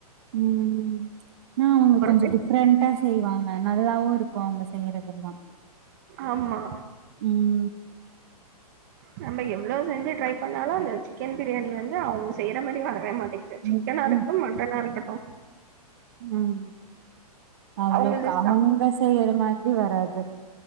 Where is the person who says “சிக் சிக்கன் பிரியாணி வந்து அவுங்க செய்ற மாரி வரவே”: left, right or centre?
Right